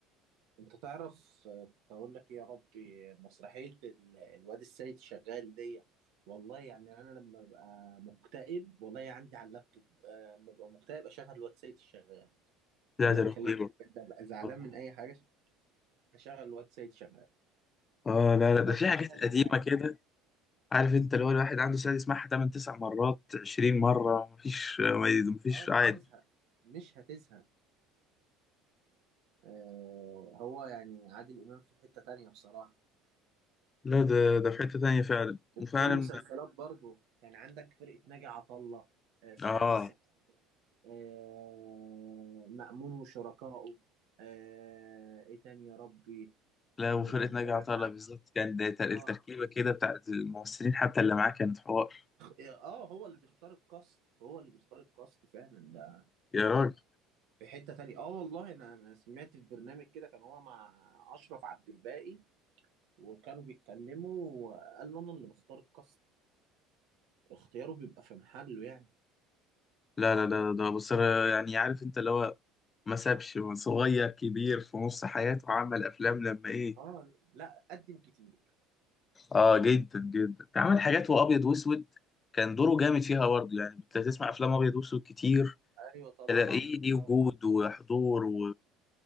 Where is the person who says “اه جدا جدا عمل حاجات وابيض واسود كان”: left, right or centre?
Left